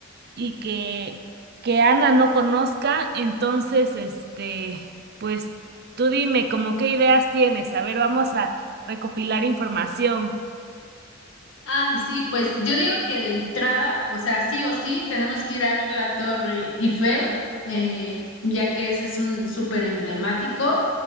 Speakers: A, on the right; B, on the left.
A: y que, que Ana no conozca. Entonces, este, pues tú dime como qué ideas tienes. A ver, vamos a recopilar información.
B: Ay, sí, pues yo digo que de entrada, o sea, sí o sí, tenemos que ir a ver la Torre Eiffel, eh, ya que ese es un súper emblemático.